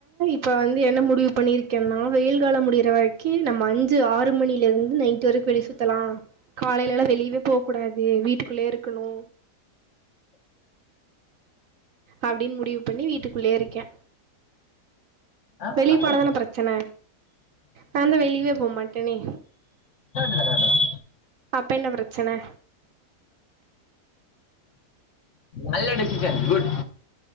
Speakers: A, on the right; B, on the left.
A: இப்ப வந்து என்ன முடிவு பண்ணிருக்கேன்னா வெயில் காலம் முடிற வரைக்கு நம்ம அஞ்சு ஆறு மணில இருந்து நைட் வரைக்கு வெளி சுத்தலா காலையல எல்லா வெளியவே போக கூடாது வீட்டுக்குள்ளயே இருக்கணு அப்டின் முடிவு பண்ணி வீட்டுக்குள்ளேயே இருக்கே
B: ஆ,
A: வெளிய
B: தப்பில்ல.
A: போனாதானே பிரச்சன நாந்த வெளியவே போ மாட்டேனே
B: தான், தான்.
A: அப்ப என்ன பிரச்சன
B: நல்ல டிசிசன் குட்